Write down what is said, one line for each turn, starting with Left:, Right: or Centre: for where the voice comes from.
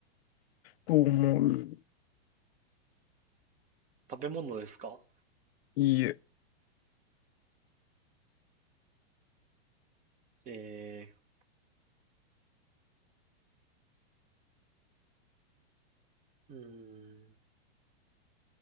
Left: と思う。
Right: 食べ物ですか
Left: いいえ。
Right: えー、うーん。